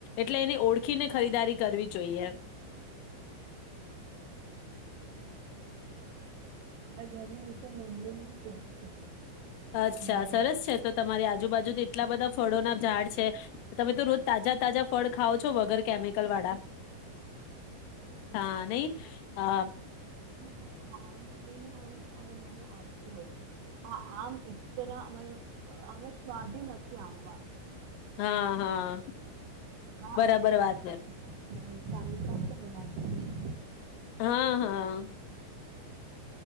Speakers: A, on the left; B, on the right.
A: એટલે એને ઓળખીને ખરીદારી કરવી જોઈએ.
B: મારા ઘરની નીચે નમરોરી સીડ છે.
A: અચ્છા
B: લીમડો
A: સરસ છે તો તમારી આજુબાજુ. એટલા બધા ફળો ના ઝાડ છે. તમે તો રોજ તાજા તાજા ફળ ખાવ છો વગર કેમિકલ વાળા. હા નહી
B: મા ગ
A: હા
B: તો. હા આ મને આવ મને આપજો. હા આમ એકના આમાં સ્વાદ નથી આમમાં.
A: હા હા
B: હા
A: બરાબર
B: હા પ
A: વાત
B: કેમિકલ.
A: કર
B: તમેય બનાવો છે.
A: હા હા.